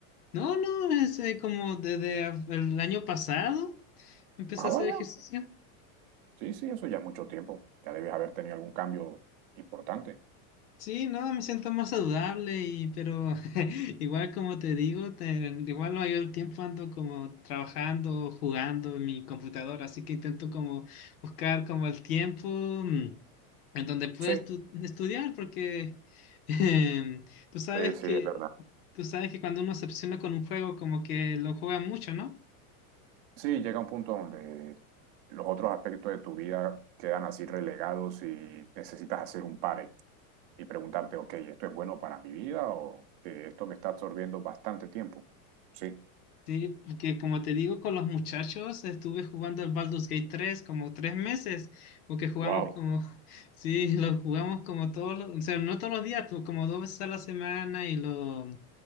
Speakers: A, on the left; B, on the right.
A: No, no, es eh, como desde el año pasado empecé
B: Ah,
A: a
B: vaya.
A: hacer ejercicio.
B: Sí, sí, eso ya mucho tiempo. Ya debes haber tenido algún cambio importante.
A: Sí, no, me siento más saludable y pero <laughs> igual como te digo, te- igual no hay el tiempo ando como trabajando, jugando en mi computadora, así que intento como buscar como el tiempo mm, en donde pueda
B: Sí,
A: estu- estudiar porque <laughs> em, tú sabes
B: sí, sí,
A: que
B: es verdad.
A: tú sabes que cuando uno se obsesiona con un juego como que lo juega mucho, ¿no?
B: Sí, llega un punto donde los otros aspectos de tu vida quedan así relegados y necesitas hacer un pare y preguntarte, ok, ¿esto es bueno para mi vida o que esto me está absorbiendo bastante tiempo? Sí.
A: Sí, porque como te digo, con los muchachos estuve jugando el Baldur's Gate tres como tres meses, porque jugamos
B: Wow.
A: como, <laughs> sí, lo jugamos como todos los, o sea, no todos los días, pero como dos veces a la semana y lo,